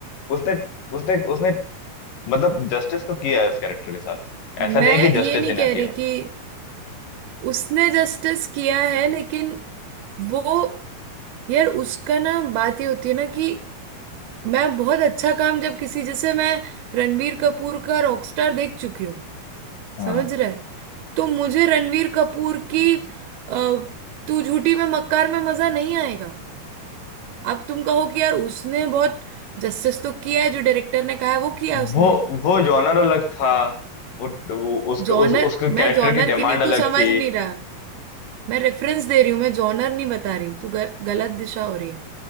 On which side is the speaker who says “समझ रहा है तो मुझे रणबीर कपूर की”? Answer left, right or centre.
Right